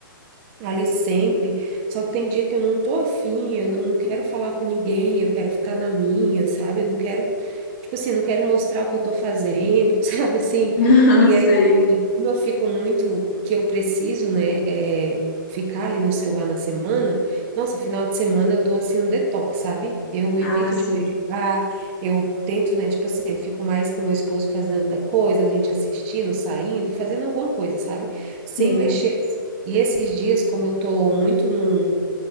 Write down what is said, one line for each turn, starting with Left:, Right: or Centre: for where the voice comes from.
Right: ali sempre. Só que tem dia que eu não tô afim, eu não quero falar com ninguém, eu quero ficar na minha, sabe? Eu não quero, tipo assim, não quero mostrar o que eu tô fazendo, <laughs> sabe assim?
Left: <laughs> aham,
Right: E
Left: sei.
Right: aí, e como eu fico muito, que eu preciso, né, é, ficar ali no celular na semana, nossa, final de semana eu dou assim um detox, sabe? Eu
Left: Ah,
Right: evito
Left: sim,
Right: de pegar, eu tento, né, tipo assim, eu fico mais com meu esposo fazendo outra coisa, a gente assistindo, saindo, fazendo alguma coisa, sabe? Sem
Left: sim.
Right: mexer e esses dias, como eu estou muito no,